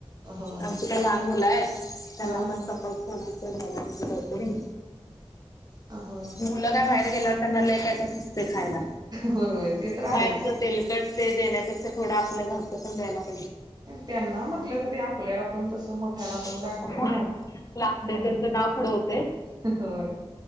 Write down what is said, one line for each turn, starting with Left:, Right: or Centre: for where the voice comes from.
Right: होय
Left: आमची काही लहान मुलं आहेत त्यांना
Right: हा
Left: पण सपोर्ट. थोडसं घ्यायला पाहिजे काहीतरी.
Right: अ हो.
Left: मुलं काय बाहेर गेल्यावर त्यांना लय कायतर सुचतंय खायला
Right: होय होय ते तर आहेच
Left: बाहेरच तेलकट. ते देण्यापेक्षा थोडं आपल्या घरचं पण द्याय लागत.
Right: त्यांना म्हटलं तरी आपल्याला पण तसं मोठ मोठ्याना पण लागतंय
Left: पाहिजे
Right: ना
Left: लागते
Right: हो,
Left: त्यांचं नाव पुढे होते
Right: होय.